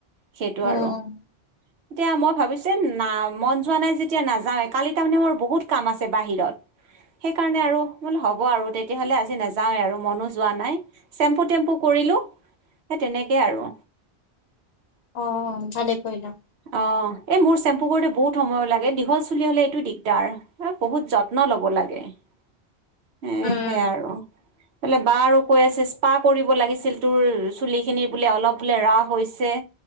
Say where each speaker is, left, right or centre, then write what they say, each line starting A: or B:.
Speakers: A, on the right; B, on the left.
A: সেইটো
B: উম
A: আৰু এতিয়া মই ভাবিছে না মন যোৱা নাই যেতিয়া নাযাও এ কালি তাৰমানে মোৰ বহুত কাম আছে। বাহিৰত সেই কাৰণে আৰু বোলো হ'ব আৰু তেতিয়াহলে আজি নাযাওৱে আৰু মনো যোৱা নাই চেম্পু টেম্পু কৰি কৰিলোঁ সেই তেনেকেই আৰু।
B: অ', অ', ভালে কৰিলা।
A: অ এই মোৰ চেম্পু কৰোতে বহুত সময় লাগে দীঘল চুলি হ'লে এইটো দিগদাৰ হ বহুত যত্ন লব লাগে এ
B: উম
A: সেয়া আৰু। বোলে বাৰ কৈ আছে স্পা কৰিব লাগিছিল তোৰ চুলি খিনি বোলে অলপ বোলে ৰাফ হৈছে।